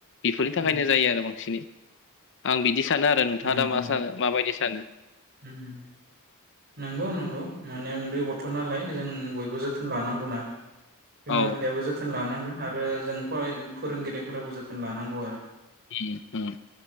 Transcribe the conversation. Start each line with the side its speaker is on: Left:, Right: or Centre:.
Left: बेफोरनि थाखायनो
Right: उम
Left: जायो आरो बांसिनै आं बिदि स सानो आरो नोंथाङा
Right: उम
Left: दा
Right: उम
Left: मा सानो माबायदि <unintelligible>
Right: उम नंगौ नंगौ माने उन्दै गथ' नालाय जों बयबो बो जोथोन लानांगौना बिमा
Left: औ
Right: बिफायाबो जोथोन लानांगोन। आरो जों फराय फोरोंगिरिफोराबो जोथोन लानांगौ आरो
Left: ओम ओम